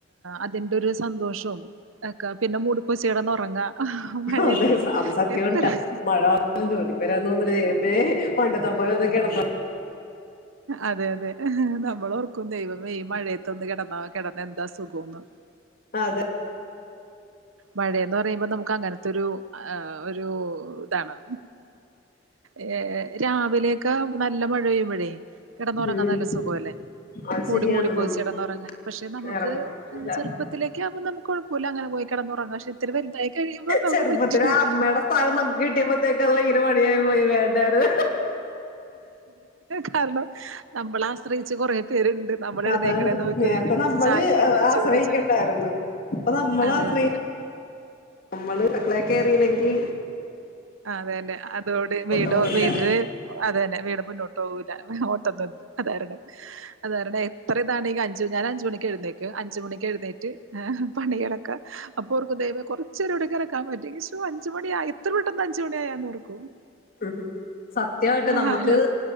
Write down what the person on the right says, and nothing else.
അതിന്റെ ഒരു സന്തോഷവും അക്കാ പിന്നെ മൂടിപ്പോതച്കെടന്നൊറങ അതാ മഴയത്ത്
എത്ര-
അതെ അതെ നമ്മള് ഓർക്കും ദൈവമേ ഈ മഴയത്തൊന്ന് കിടന്നാ കിടന്ന എന്താ സുഖംന്ന്
മഴന്ന് പറയുമ്പോ നമുക്ക് അങ്ങനത്തെൊരു ഒരു ഇതാണ് ഏ രാവിലെയൊക്കെ നല്ല മഴ പെയ്യുമ്പഴേ കിടന്നുറങ്ങാൻ
നല്ല സുഖം അല്ലേ
മൂടി
മൂടിപ്പൊതച്ച്
കിടന്നുറങ്ങാൻ പക്ഷെ നമുക്ക്
ചെറുപ്പത്തിലേക്ക് ആക്മ്പ നമ്ക് കു ല അങ്ങനെ പോയി കിടന്നുറങ്ങാം പക്ഷെ ഇത്തിരി വലുതായി കഴിയുമ്പോ നമുക്ക്
പറ്റില്ല
കാരണം നമ്മളാ കുച്ച് കൊറേ പേരുണ്ട്
നോക്കി
ഒരു ഗ്ലാസ്
ചായ ഇട്ട്
ചൂട് ചായ
അതെ
അതെ
ആ അതെല്ലേ അതോട് വീട്
വീടില് അതെന്നെ വീട് മുന്നോട്ടോവൂല. ഓട്ടം തന്നെ അതാരണം അതാരണം എത്ര ഇതാണെങ്കി അഞ്ചു ഞാൻ അഞ്ചു മണിക്ക് എഴുന്നേ ക്ക് അഞ്ച് മണിക്ക്എഴുന്നേറ്റ് ഏഹ് പണികളക്ക അപ്പോർക്കും ദൈവമേ കൊർച്ചേരംകൂടി കെടക്കാൻ പറ്റിയെങ്കിൽ ശോ അഞ്ച്മണിയായ എത്ര പെ ട്ടെന്ന് അഞ്ചു മണിയായെന്നോർക്കും
ഹലോ.